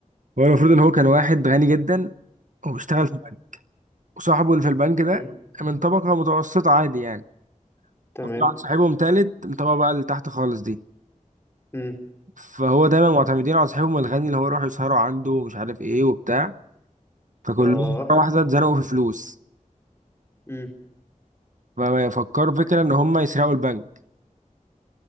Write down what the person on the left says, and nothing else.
اوكي
تمام
امم
اه
امم